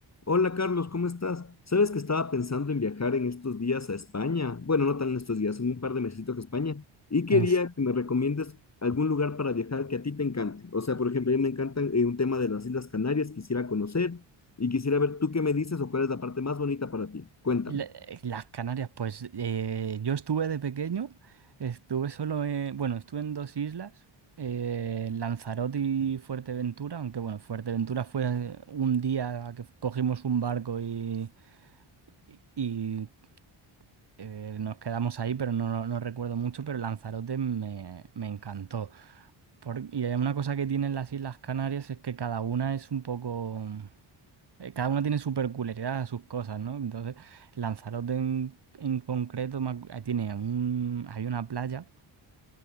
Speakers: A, on the left (about 30°); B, on the right (about 50°).
A: Hola Carlos, ¿cómo estás? Sabes que estaba pensando en viajar en estos días a España. Bueno, no tan en estos días, en un par de mesecitos a España. Y quería
B: En s-
A: que me recomiendes algún lugar para viajar que a ti te encante. O sea, por ejemplo, a mí me encantan eh, un tema de las Islas Canarias, quisiera conocer y quisiera ver tú qué me dices o cuál es la parte más bonita para ti. Cuéntame.
B: la- eh, las Canarias, pues eh, yo estuve de pequeño, estuve solo en, bueno, estuve en dos islas, eh, Lanzarote y Fuerteventura, aunque bueno, Fuerteventura fue un día que cogimos un barco y, y- y, eh, nos quedamos ahí, pero no, no no recuerdo mucho, pero Lanzarote me, me encantó. Por- y hay una cosa que tienen las Islas Canarias es que cada una es un poco... eh, Cada una tiene su peculiaridad, sus cosas, ¿no? Entonces, Lanzarote en, en concreto me acu- tiene un, hay una playa.